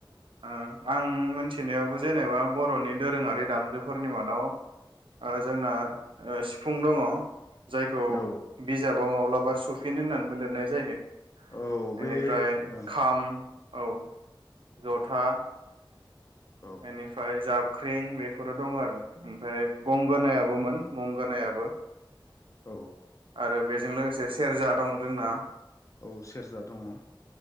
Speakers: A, on the right; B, on the left.
A: ओ आं मोन्थिनायावबो जेनेबा बर'नि दोरोङारि दामजुफोरनि मादाव ओ जोंना ओ सिफुं दङ'। जायखौ
B: औ
A: बिजाब मा माब्लाबा सुफिन होननानै लिरनाय जायो।
B: औ
A: बेनिफ्राय
B: बे ओं
A: खाम औ। जथा
B: औ
A: एनिफ्राफाय जाब ख्रिं बेफोरो दं आरो ओमफ्राय गंगोनायाबोमोन गंगोनायाबो।
B: औ।
A: आरो बेजों लोगोसे सेरजा दं जोंना।
B: औ सेरजा दङ'।